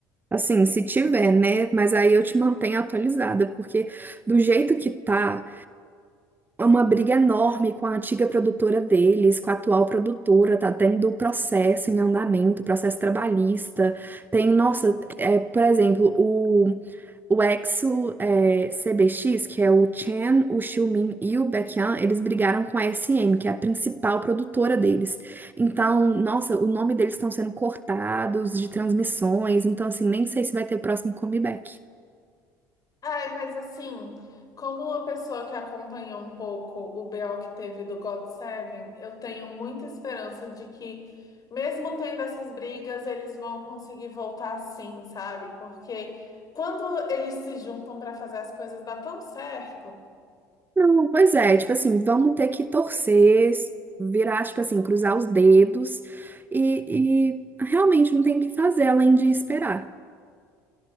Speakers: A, on the right; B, on the left.
A: Assim, se tiver, né? Mas aí eu te mantenho atualizada, porque do jeito que tá, é uma briga enorme com a antiga produtora deles, com a atual produtora, tá tendo processo em andamento, processo trabalhista. Tem, nossa, é, por exemplo, o, o Exo é, CBX, que é o Chen, o Xiumin e o Baekhyun, eles brigaram com a SM, que é a principal produtora deles. Então, nossa, o nome deles estão sendo cortados de transmissões, então assim, nem sei se vai ter o próximo comeback.
B: Ai, mas assim, como uma pessoa que acompanhou um pouco o BO que teve do God Seven, eu tenho muita esperança de que, mesmo tendo essas brigas, eles vão conseguir voltar sim, sabe? Porque quando eles se juntam para fazer as coisas, dá tão certo.
A: Não, pois é, tipo assim, vamos ter que torcer, virar, tipo assim, cruzar os dedos e, e realmente não tem o que fazer além de esperar.